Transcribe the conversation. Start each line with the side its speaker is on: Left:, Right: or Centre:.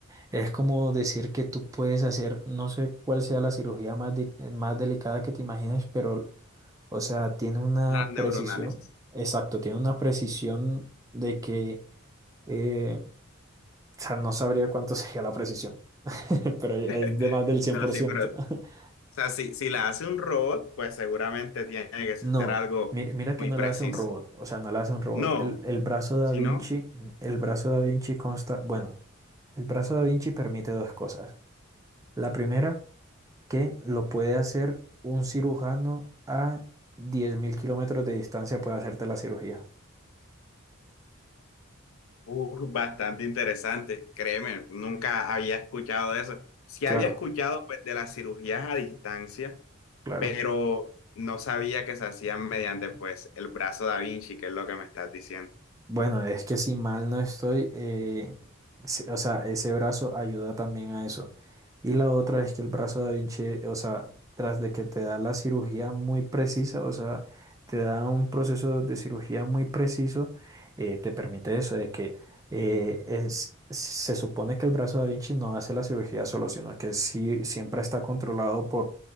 Right: Es como decir que tú puedes hacer, no sé cuál sea la cirugía más, di- eh, más delicada que te imagines, pero, o sea, tiene una
Left: las neuronales.
Right: precisión, exacto, tiene una precisión de que, eh, o sea, no sabría cuánto <laughs> sería la precisión, <laughs> pero es
Left: <laughs>
Right: de más del
Left: No,
Right: cien por
Left: sí,
Right: ciento
Left: pero O
Right: <laughs>
Left: sea, si, si la hace un robot, pues seguramente tiene que ser
Right: No,
Left: algo
Right: mira, mira que
Left: muy
Right: no
Left: preciso.
Right: la hace un robot, o sea, no la hace un robot.
Left: No,
Right: El, el brazo Da
Left: si
Right: Vinci,
Left: no,
Right: el brazo Da Vinci consta, bueno, el brazo Da Vinci permite dos cosas. La primera que lo puede hacer un cirujano a 10.000 kilómetros de distancia, puede hacerte la cirugía.
Left: uh, bastante interesante, créeme, nunca había escuchado de eso. Sí
Right: Claro,
Left: había escuchado pues, de las cirugías a distancia,
Right: claro.
Left: pero no sabía que se hacían mediante pues el brazo da Vinci, que es lo que me estás diciendo.
Right: Bueno, es que si mal no estoy, eh, se- o sea, ese brazo ayuda también a eso. Y la otra es que el brazo Da Vinci, o sea, tras de que te da la cirugía muy precisa, o sea, te da un proceso de cirugía muy preciso, eh, te permite eso, de que eh, es, se supone que el brazo Da Vinci no hace la cirugía solo, sino que sí siempre está controlado